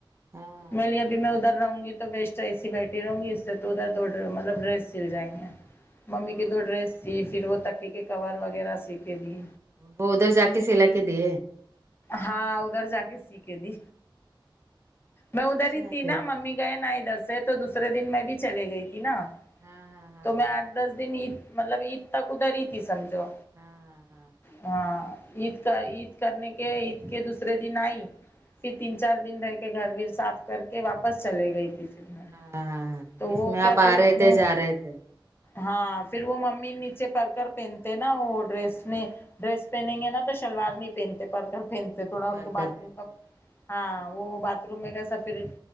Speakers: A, on the right; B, on the left.
A: ہاں
B: می لی ابھی میں ادھر رہوں گی تو ویسٹ ایسی بیٹھی رہوں گی اس سے تو ادھر تو ار مطلب ڈریس سل جائیں گے ممی
A: تو
B: کی دو ڈریس سی پھر وہ تکے کے کور وغیرہ سیکھے دی
A: وہ ادھر جا کے سلا کے دے
B: ہاں ادھر جا کے س کے دی میں ادھر
A: اچھا
B: ہی تھی
A: پھر
B: نا ممی گئے نا ادھر سے تو دوسرے دن میں بھی چلے گئی تھی نا
A: ہاں ہاں
B: تو میں آٹھ دس دن عید مطلب عید تک ادھر ہی تھی سمجھو
A: ہاں ہاں ہاں ہاں
B: ہاں عید کا عید کرنے کے عید کے دوسرے دن آئی پھر تین چار دن رہ کے گھر ویر صاف کر کے واپس چلے گئی تھی پھر میں
A: ہاں ہاں ہاں
B: تو
A: بیچ
B: وہ
A: میں
B: کیا
A: آپ
B: پھر
A: آ رہے
B: اتنے
A: تھے جا رہے تھے
B: ہاں پھر وہ ممیمی نیچے پڑ کر پہنتے نا وہ ڈریس نے ڈریس پہنیں گے نا تو شلوار نہیں پہنتے پر پھینتے تھوڑا ان
A: کال
B: کو باتھ
A: کرتے
B: روم کا
A: تھے
B: ہاں وہ باتھ روم میں کیسا پھر